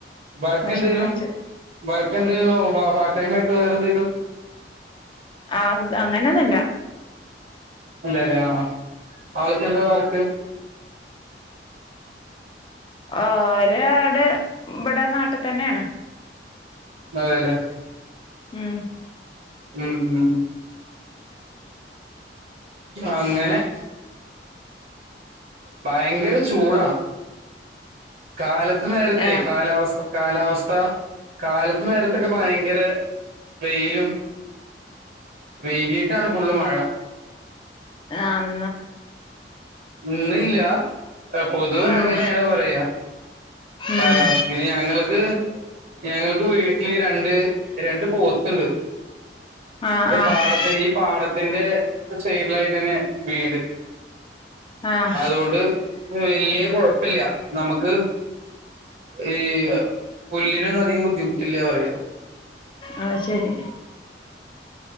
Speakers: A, on the right; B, on the left.
A: വർക്ക്
B: ഭക്ഷണം
A: എന്തേലും
B: കഴിച്ചു
A: വർക്ക് എന്തോ പാർട്ട് ടൈ ആയിട്ട് വേറെന്തേലും
B: ആ അങ്ങനെ ഒന്നല്ല
A: ഉണ്ടല്ലേ അവളക്കെന്താ വേർക്ക്
B: ഒരാട് ഇവിടെ നാട്ടിൽ തന്നെയാണ്
A: അതേല്ലെ
B: ഉം
A: ഉം ഉം അങ്ങനെ ഭയങ്കര ചൂടാ കാലത്ത് ഇ നേരത്തെ
B: ഏഹ്
A: കാലാവസ്ഥ കാലാവസ്ഥ കാല നേരത്തൊക്കെ ഭയങ്കര വെയിലും വൈകിട്ടാണ് പള്ള് മഴ
B: ആഹ
A: ഇന്നില്ല പൊതുവെ
B: ഉം
A: അങ്ങനെയാണ് പറയാ
B: ഉം
A: ഹലോ പിന്നെ ഞങ്ങൾക്ക് ഞങ്ങൾക്ക് എക്ക് വീട്ടില് രണ്ട് രണ്ട് പോത്തണ്ട്
B: ആഹ് ആഹ്
A: പാടത്തെ ഈ പാടത്തിന്റെ സൈഡിലായിട്ട് തന്നെ വീട്
B: ആഹ്
A: അതുകൊണ്ട് വലിയ കുഴപ്പില്ല നമുക്ക് ഈ പുല്ലിനൊന്നും അധികം ബുദ്ധിമുട്ടില്ല പറയാ
B: ആഹ ശരി